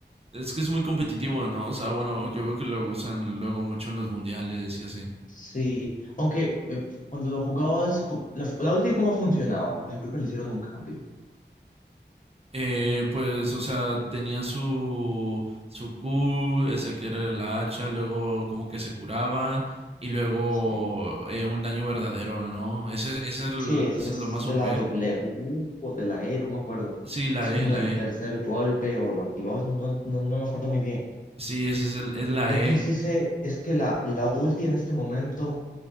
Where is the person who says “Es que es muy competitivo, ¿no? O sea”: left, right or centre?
Right